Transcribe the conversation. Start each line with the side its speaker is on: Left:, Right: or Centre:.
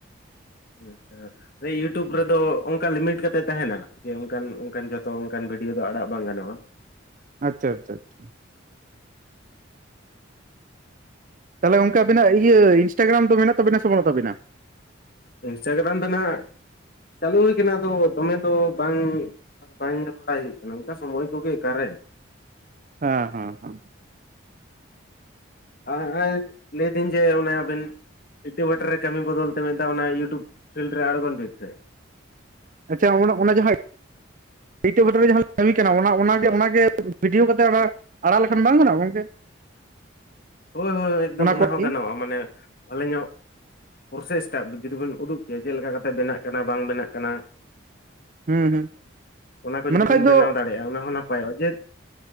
Left: ᱦᱳᱭ ᱟᱪᱪᱷᱟ ᱤᱭᱩᱴᱩᱵᱽ ᱨᱮ ᱫᱚ ᱚᱱᱠᱟ ᱞᱤᱢᱤᱴ ᱠᱟᱛᱮᱫ ᱛᱟᱦᱮᱱᱟ᱾ ᱡᱮ ᱚᱱᱠᱟᱱ ᱚᱱᱠᱟᱱ ᱡᱷᱚᱛᱚ ᱚᱱᱠᱟᱱ ᱵᱷᱤᱰᱭᱳ ᱫᱚ ᱟᱲᱟᱜ ᱵᱟᱝ ᱜᱟᱱᱚᱜᱼᱟ᱾
Right: ᱟᱪᱪᱷᱟ ᱟᱪᱪᱷᱟ ᱟᱪᱪᱷᱟ ᱛᱟᱦᱚᱞᱮ ᱜᱚᱝᱠᱮ ᱟᱵᱤᱱᱟᱜ ᱤᱭᱟᱹ ᱤᱱᱴᱟᱜᱨᱟᱢ ᱫᱚ ᱢᱮᱱᱟᱜ ᱛᱟᱵᱤᱱᱟ ᱥᱮ ᱵᱟᱹᱱᱩᱜ ᱛᱟᱵᱤᱱᱟ
Left: ᱤᱱᱥᱴᱟᱜᱨᱟᱢ ᱫᱚ ᱱᱟᱜ ᱪᱟᱹᱞᱩ ᱦᱩᱭ ᱠᱟᱱᱟ ᱟᱫᱚ ᱫᱚᱢᱮ ᱫᱚ ᱵᱟᱝ ᱵᱟᱝ ᱧᱮᱞ ᱵᱟᱲᱟᱭ ᱦᱩᱭᱩᱜ ᱠᱟᱱᱟ᱾ ᱚᱱᱠᱟ ᱥᱚᱢᱚᱭ ᱠᱚ ᱜᱮ ᱚᱠᱟᱨᱮ
Right: ᱦᱮᱸ ᱦᱮᱸ ᱦᱮᱸ
Left: ᱮᱸ ᱞᱟᱹᱭ ᱫᱟᱹᱧ ᱡᱮ ᱚᱱᱮ ᱟᱵᱤᱱ ᱤᱴ ᱵᱷᱟᱴᱟ ᱨᱮ ᱠᱟᱹᱢᱤ ᱵᱚᱫᱚᱞ ᱛᱮ ᱚᱱᱟ ᱤᱭᱩᱴᱩᱵᱽ ᱯᱷᱤᱞᱰ ᱨᱮ ᱟᱬᱜᱚᱱ ᱵᱤᱱ ᱥᱮ
Right: ᱟᱪᱪᱷᱟ ᱚᱱᱟ ᱡᱟᱦᱟᱭ ᱮᱴᱟᱹ ᱵᱮᱴᱟᱨᱮ ᱡᱟᱦᱟᱸ ᱠᱟᱹᱢᱤ ᱠᱟᱱᱟ ᱚᱱᱟᱜᱮ ᱚᱱᱟᱜᱮ ᱵᱷᱤᱰᱭᱳ ᱠᱟᱛᱮ ᱟᱨᱟᱜ ᱟᱲᱟᱜ ᱞᱮᱠᱷᱟᱱ ᱵᱟᱝ ᱜᱟᱱᱚᱜᱼᱟ ᱜᱚᱝᱠᱮ?
Left: ᱦᱳᱭ ᱦᱳᱭ ᱮᱠᱫᱚᱢ ᱚᱱᱟ
Right: ᱠᱚ ᱟᱨᱠᱤ
Left: ᱦᱚᱸ ᱜᱟᱱᱚᱜᱼᱟ ᱢᱟᱱᱮ ᱵᱷᱟᱞᱮ ᱧᱚᱜ ᱯᱨᱥᱮᱥ ᱴᱟ ᱡᱩᱫᱤ ᱵᱚᱱ ᱩᱫᱩᱜ ᱠᱮᱭᱟ ᱪᱮᱫ ᱞᱮᱠᱟ ᱠᱟᱛᱮ ᱵᱮᱱᱟᱜ ᱠᱟᱱᱟ ᱵᱟᱝ ᱵᱮᱱᱟᱜ ᱠᱟᱱᱟ᱾
Right: ᱦᱩᱸ ᱦᱩᱸ
Left: ᱚᱱᱟ ᱠᱚ ᱡᱩᱫᱤ
Right: ᱢᱮᱱᱠᱷᱟᱡ
Left: ᱵᱚᱱ
Right: ᱫᱚ
Left: ᱵᱮᱱᱟᱣ ᱫᱟᱲᱮᱭᱟᱜᱼᱟ ᱚᱱᱟ ᱦᱚᱸ ᱱᱟᱯᱟᱭᱚᱜᱼᱟ ᱡᱮ